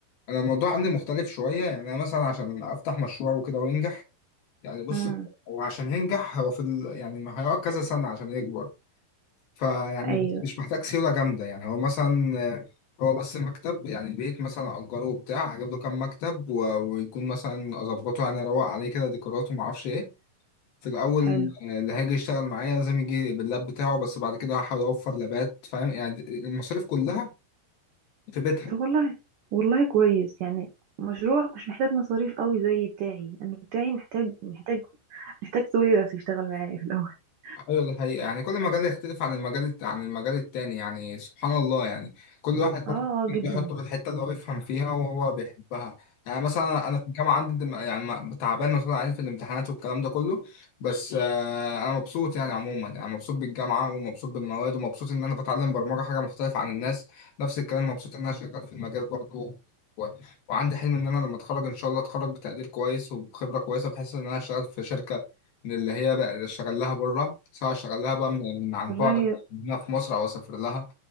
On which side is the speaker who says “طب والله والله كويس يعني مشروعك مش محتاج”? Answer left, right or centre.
Right